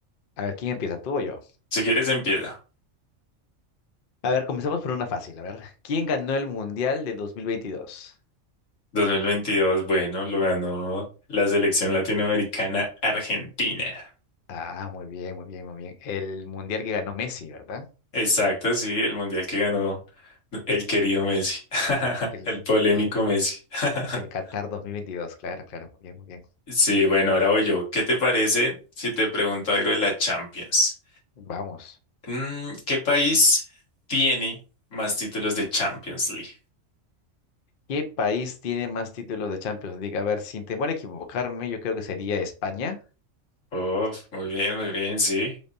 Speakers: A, on the left; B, on the left.
A: A ver, ¿quién empieza, tú o yo?
B: Si quieres, empieza.
A: A ver, comenzamos por una fácil, a ver, ¿quién ganó el Mundial del 2022?
B: 2022, bueno, lo ganó la selección latinoamericana Argentina.
A: Ah, muy bien, muy bien, muy bien. El Mundial que ganó Messi, ¿verdad?
B: Exacto, sí, el mundial que ganó el querido Messi, <laughs>
A: El,
B: el polémico
A: el,
B: Messi. <laughs>
A: el Qatar 2022. claro, claro, muy bien, muy bien.
B: Sí, bueno, ahora voy yo. ¿Qué te parece si te pregunto algo de la Champions?
A: Vamos.
B: Mm, ¿qué país tiene más títulos de Champions League?
A: ¿Qué país tiene más títulos de Champions League? A ver, sin temor a equivocarme, yo creo que sería España.
B: Oh, muy bien, muy bien, sí.